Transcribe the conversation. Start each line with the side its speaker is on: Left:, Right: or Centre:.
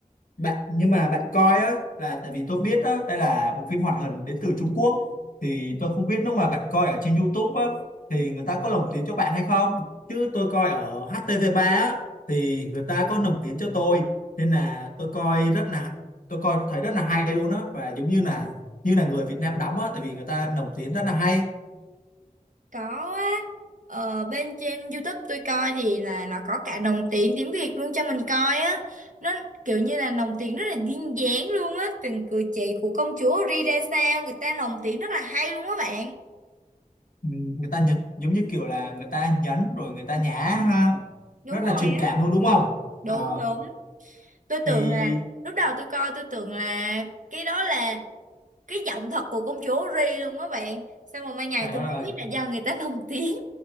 Left: bạn nhưng mà bạn coi á là tại vì tôi biết á đây là bộ phim hoạt hình đến từ Trung Quốc thì tôi không biết lúc mà bạn coi ở trên YouTube á thì người ta có lồng tiếng cho bạn hay không chứ tôi coi ở htv ba á thì người ta có lồng tiếng cho tôi nên là tôi coi rất là tôi coi thấy rất là hay luôn á và giống như là như là người Việt Nam đóng á tại vì người ta lồng tiếng rất là hay
Right: Có á, ở bên trên YouTube tôi coi thì là nó có cả đồng tiền tiếng Việt luôn cho mình coi á. Nó kiểu như là lồng tiếng rất là duyên dáng luôn á, từng cử chỉ của công chúa Ri ra sao, người ta lồng tiếng rất là hay luôn á bạn.
Left: Ừ, người ta nhấn giống như kiểu là người ta nhấn rồi người ta nhả ha
Right: Đúng
Left: rất
Right: rồi
Left: là truyền
Right: á.
Left: cảm luôn đúng không
Right: Đúng
Left: Ờ
Right: đúng tôi
Left: thì
Right: tưởng là lúc đầu tôi coi tôi tưởng là cái đó là cái giọng thật của công chúa Ri luôn đó bạn xong rồi mai ngày
Left: Trời đất
Right: tôi mới
Left: ơi,
Right: biết là do người ta <laughs> lồng tiếng